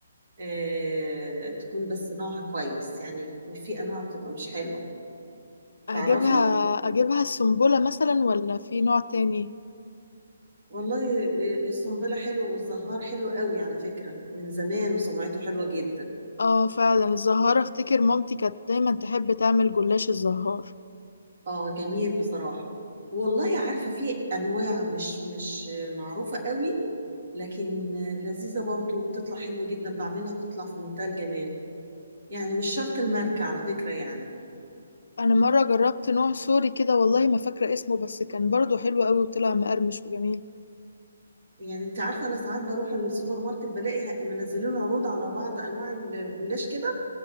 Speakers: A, on the right (about 45°); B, on the left (about 65°).
A: آه تكون بس نوعها كويس يعني في انواع بتبقى مش حلوة
B: اجيبها
A: تعرفي
B: اجيبها السنبله مثلا ولا في نوع تاني
A: والله الصنبلة حلو والزهار حلو قوي على فكرة من زمان وسمعته حلوة جدا
B: اه فعلا الزهارة افتكر مامتي كانت دايما تحب تعمل جلاش الزهار
A: اه جميل بصراحة والله عارفة في أنواع مش مش معروفة قوي لكن لذيذة برضو بتطلع حلوة جدا بعملها بتطلع في منتهى الجمال يعني مش شرط الماركة على فكرة يعني
B: انا مره جربت نوع سوري كده والله ما فاكره اسمه بس كان برضو حلو قوي وطلع مقرمش وجميل
A: يعني انت عارفة انا ساعات بروح السوبر ماركت بلاقي ه- منزلين عروض على بعض انواع الجلاش كده